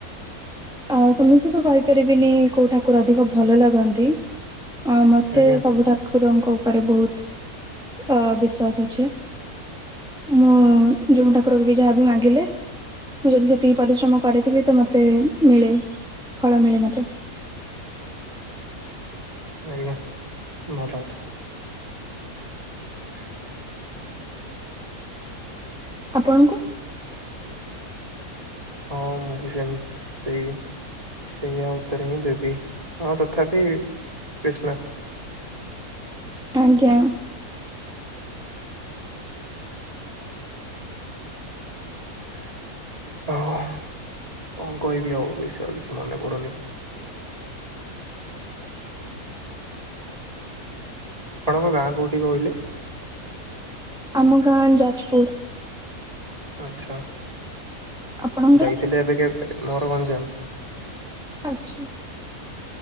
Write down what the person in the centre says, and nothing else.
ଅ ସେମିତି ତ କହିପାରିବିନି କୋଉ ଠାକୁର ଅଧିକ ଭଲ ଲାଗନ୍ତି। ଅ ମତେ
ସବୁ ଠାକୁରଙ୍କ ଉପରେ ବୋହୁତ୍ ଅ ବିଶ୍ୱାସ ଅଛି। ହଁ ଯୋଉ ଠାକୁରକୁ ବି ଯାହାବି ମାଗିଲେ ମୁଁ ଯେ ଯେତିକି ପରିଶ୍ରମ କରିଥିବି ତ ମତେ ମିଳେ ଫଳ ମିଳେ ମତେ।
ଆପଣଙ୍କୁ।
ଆଜ୍ଞା।
ଆମ ଗାଁ ଯାଜ୍ପୁର୍।
ଆପଣଙ୍କର?
ଆଚ୍ଛା।